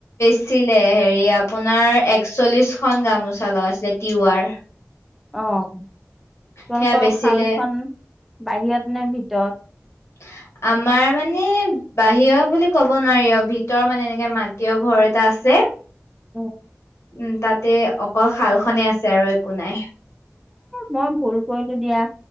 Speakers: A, on the left; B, in the centre.
A: আছিলে হেৰি আপোনাৰ একচল্লিশখনন গামোচা লগাইছিলে তিৱাৰ।
B: অ তোমালোকৰ
A: সেয়া বেচিলে
B: শালখন বাহিৰত নে ভিতৰত
A: <unintelligible> আমাৰ মানে বাহিৰ বুলি ক'ব নোৱাৰি অ ভিতৰ মানে এনেকে মাটিৰ ঘৰ এটা আছে
B: অ
A: উম তাতে অকল শাল খনে আছে আৰু একো নাই
B: মই ভুল কৰিলো দিয়া